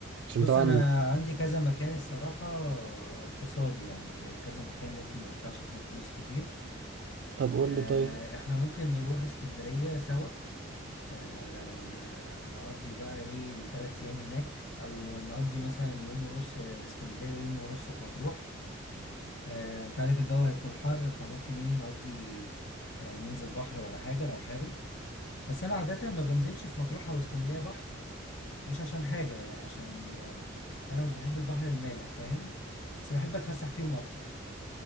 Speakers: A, on the right; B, on the left.
A: عشان
B: بص
A: طبعا
B: انا عندي كذا مكان الصراحة اقتصادي يعني كذا مكان ممكن ما ندفعش فيه فلوس كتير
A: طب قول
B: آه،
A: لي طيب
B: احنا ممكن نروح اسكندرية سوا آه نقضي بقى ايه الثلاث ايام هناك او نقضي مثلا يوم ونص في اسكندريه ويوم ونص في مطروح آه انت عارف الجو هيكون حر فممكن ايه نقضي آه ننزل بحر ولا حاجه لو حابب بس انا عاده ما بنزلش في مطروح او اسكندريه بحر مش عشان حاجه عشان آه انا مش بحب البحر المالح فاهم بس بحب اتفسح فيهم اكتر